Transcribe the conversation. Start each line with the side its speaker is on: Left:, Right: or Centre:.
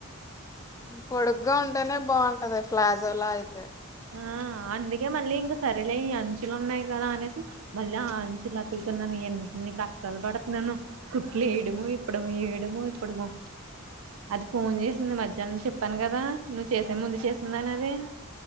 Left: పొడుగ్గా ఉంటేనే బాగుంటది ప్లాజోలా అయితే
Right: ఆ అందుకే మళ్ళీ ఇంకా సరేలే ఈ అంచులు ఉన్నాయి కదా అనేసి మళ్ళీ ఆ అంచులు అతుకుతున్నాను ఎన్ని కష్టాలు పడుతున్నాను కుట్లు వేయడము ఇప్పడము వేయడము ఇప్పడము అది ఫోన్ చేసి వంది మధ్యాహ్ం చెప్పాను కదా నువ్వు చేసే ముందు చేస్తుందానిది